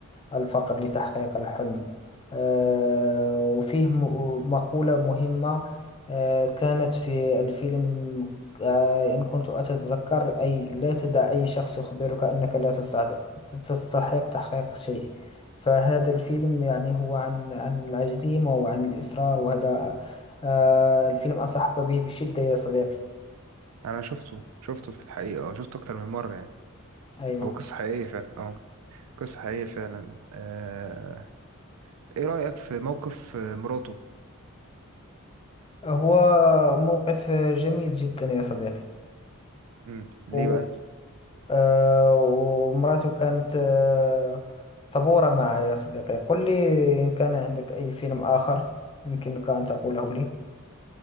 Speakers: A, on the left; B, on the right.
A: الفقر لتحقيق الحلم آه، وفيه م- مقولة مهمة آه، كانت في الفيلم آه، إن كنت أتذكر أي لا تدع أي شخص يخبرك أنك لا تستع- تستحق تحقيق شيء فهذا الفيلم يعني هو عن عن العزيمة وعن الإصرار وهذا آه، الفيلم أنصحك به بشدة يا صديقي
B: انا شفته شفته في الحقيقه اه شفته اكتر من مره يعني
A: أيوه
B: هو قصه حقيقيه فعلا اه قصه حقيقيه فعلا آه. ايه رايك في موقف آه، مراته
A: هو موقف جميل جدا يا صديقي
B: امم ليه
A: و-
B: بقى
A: آه، ومراته كانت آه، صبورة معي يا صديقي قل لي إن كان عندك أي فيلم آخر يمكنك أن تقوله لي